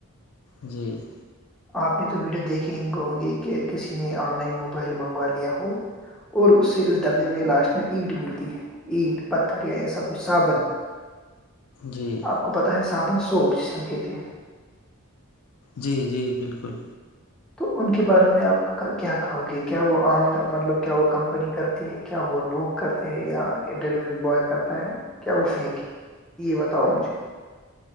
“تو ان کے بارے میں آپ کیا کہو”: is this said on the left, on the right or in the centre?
Centre